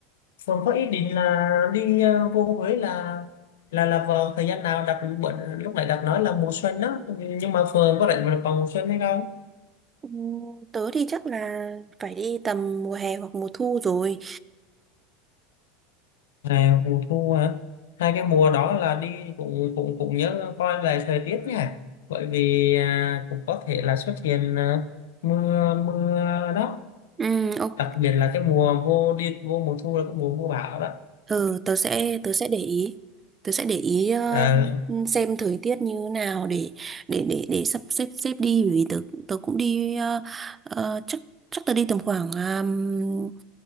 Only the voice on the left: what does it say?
phường có ý định là đi ờ, vô Huế là là là vào thời gian nào đặt bữa- lúc nãy đặt nói là mùa xuân đó nhưng mà phường có rảnh vào vào mùa xuân hay không
ngày mùa thu hả hai cái mùa đó là đi cũng cũng cũng nhớ coi lại thời tiết nha bởi vì à, cũng có thể là xuất hiện à, mưa mưa đó
đặc biệt là cái mùa vô đi vô mùa thu là cái mùa mưa bão đó
À,